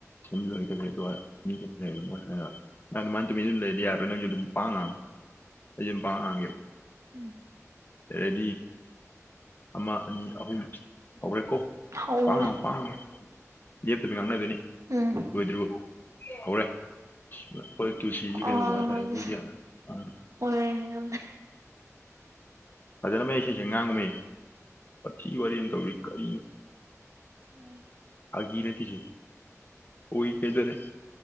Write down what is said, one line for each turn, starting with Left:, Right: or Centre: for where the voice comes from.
Left: ꯌꯨꯝꯗ ꯂꯩꯇꯕꯒꯤ-ꯂꯩꯇꯕ ꯅꯪ ꯗꯨꯃꯥꯏꯗꯨꯝ ꯂꯩꯔꯗꯤ ꯌꯥꯔꯔꯣꯏ ꯅꯪꯖꯨ ꯑꯗꯨꯝ ꯄꯪꯉꯥꯡ-ꯉꯥꯡꯉꯨ UNINTELLIGIBLE
Right: ꯎꯪ
Left: ꯔꯦꯗꯤ ꯑꯃ ꯑꯅꯤ ꯑꯍꯨꯝ ꯍꯧꯔꯦꯀꯣ
Right: ꯍꯧꯔꯦ
Left: ꯄꯥꯉꯥꯡ ꯉꯥꯡꯉꯣ ꯂꯦꯞꯇꯕ ꯉꯥꯡꯅꯗꯣꯏꯅꯤ
Right: ꯎꯝ
Left: ꯂꯣꯏꯗꯔꯤꯕꯧ ꯍꯧꯔꯦ ꯑꯩꯈꯣꯏ ꯇꯨꯁꯤꯁꯤ ꯀꯩꯗꯧꯕ
Right: ꯑꯣꯏꯔꯝꯂꯦ
Left: ꯍꯥꯏꯇꯥꯔꯦ ꯑꯩꯈꯣꯏꯒꯤ ꯑꯥ
Right: <unintelligible>
Left: ꯐꯖꯅ ꯃꯌꯦꯛ ꯁꯦꯡꯅ ꯁꯦꯡꯅ ꯉꯥꯡꯉꯣꯃꯤ ꯋꯥꯊꯤ ꯋꯔꯦꯝ ꯇꯧꯋꯤ ꯀꯔꯤꯅꯣ
Right: ꯎꯝ
Left: ꯐꯒꯤ ꯅꯠꯇꯦ ꯁꯦ ꯑꯣꯏꯒꯤꯗꯔꯦ